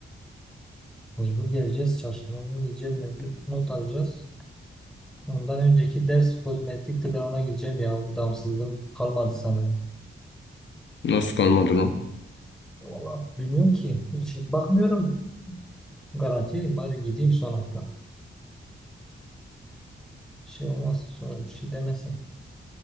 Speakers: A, in the centre; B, on the left.
A: mecbur geleceğiz. Çarşamba günü gideceğim. mecbur Not alacağız. Ondan önceki ders kozmetikti. Ben ona gideceğim ya. Bu devamsızlığım kalmadı sanırım.
B: Nasıl kalmadı lan?
A: Valla bilmiyorum ki. Hiç bakmıyorum. Garantiyeyim. Bari gideyim son hafta. Şey olmaz. Sonra bir şey demesin.